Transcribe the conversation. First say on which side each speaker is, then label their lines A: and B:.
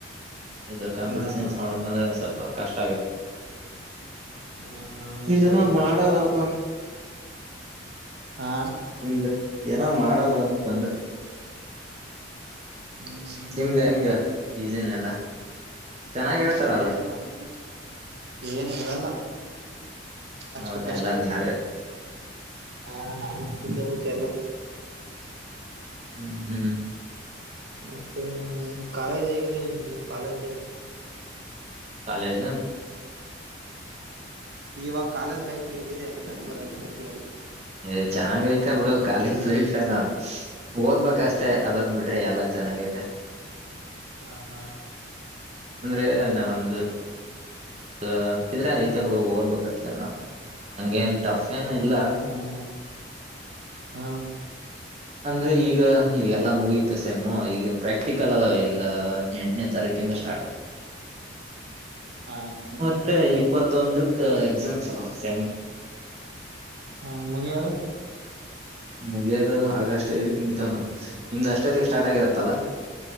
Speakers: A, on the right (about 35°); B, on the right (about 60°).
A: ಇದು ಕಂಪ್ಯೂಟರ್
B: ಹಾ
A: ಸೈನ್ಸ್
B: ಹಾ
A: ಮಾಡ್ಬೇಕಂದ್ರೆ ಸ್ವಲ್ಪ ಕಷ್ಟ ಆಗುತ್ತೆ.
B: ಹ್ಮ ಹಾ
A: <unintelligible>
B: ಸ್ವಲ್ಪ ಕಷ್ಟ
A: ಮಾಡದಪ್ಪ.
B: ಆತ ಹಾ
A: ನಿಮ್ದ ಏನೋ ಮಾಡದು ಅಂತಂದೆ.
B: ಹ್ಮ್ ಹ್ಮ್
A: ನಿಮ್ದ ಹೆಂಗೆ ಈಸಿನ ಎಲ್ಲ? ಚೆನ್ನಾಗಿ ಹೇಳ್ತಾರಲ್ಲ
B: ಏ ನಮ್ದು ಏನ್ ಹೇಳಲ್ಲ. ಅಷ್ಟಕ್ಕಷ್ಟೇ
A: ಹೌದಾ ಎಲ್ಲ ನಾವೇ.
B: ಹಾ ನಾವೆ ನೋಡ್ಕಬೇಕೆಲ್ಲ.
A: ಹ್ಮ್ ಹ್ಮ್
B: ಮತ್ತೆ ನಿಮ್ ಕಾಲೇಜ್ ಹೇಗಿದೆ ನಿಮ್ದು ಕಾಲೇಜ್ ಲೈಫ್.
A: ಕಾಲೇಜ?
B: ಇವಾಗ ಕಾಲೇಜ್ ಲೈಫ್ ಹೇಗಿದೆ ಅಲ್ಲಿ ಬೆಂಗ್ಳೂರಲ್ಲಿ ಅಂತ ಕೇಳಿ
A: ಏ ಚೆನ್ನಾಗೖತೆ ಬಿಡು ಕಾಲೇಜ್ ಲೈಫ್ ಏನು. ಓದ್ಬೇಕಷ್ಟೇ
B: ಹಾ
A: ಅದೊಂದ್ ಬಿಟ್ರೆ ಎಲ್ಲಾ ಚೆನ್ನಾಗೈತೆ.
B: ಹಾ ಹಾ
A: ಅಂದ್ರೆ ನಮ್ದು ಆ ಇದ್ರೆ ಐತೆ ಬಿಡು ಓದ್ಬೇಕ ಅಷ್ಟೆ ನಾವು ಹಂಗೇನ್ ಟಫ್ ಫೇನ್ ಇಲ್ಲ
B: ಹಾ ಹಾ ಹಾ
A: ಅಂದ್ರೆ ಈಗ ಹ ಈಗೆಲ್ಲ ಮುಗೀತು ಸೆಮ್ಮು ಈಗ ಪ್ರಾಕ್ಟಿಕಲ್ ಅದಾವೀಗ. ಆ ಎಂಟನೇ ತಾರೀಕಿಂದ ಸ್ಟಾರ್ಟು.
B: ಹಾ ಎಂಟನೇ
A: ಮತ್ತೆ
B: ತಾರೀಕಿಂದನ
A: ಇಪ್ಪತ್ತೊಂದುಕ್ಕ ಎಕ್ಸಾಮ್ಸ್ ಅದ ಸೆಮ್
B: ಹಾ ಮುಗಿಯದು
A: ಮುಗಿಯೋದು ಆಗಸ್ಟ್ ಐದಕ್ ಮುಗಿತವ್ ನೋಡು, ನಿಮ್ದ್ ಅಷ್ಟೊತ್ತಿಗೆ ಸ್ಟಾರ್ಟ್ ಆಗಿರತ್ತಲ್ಲಾ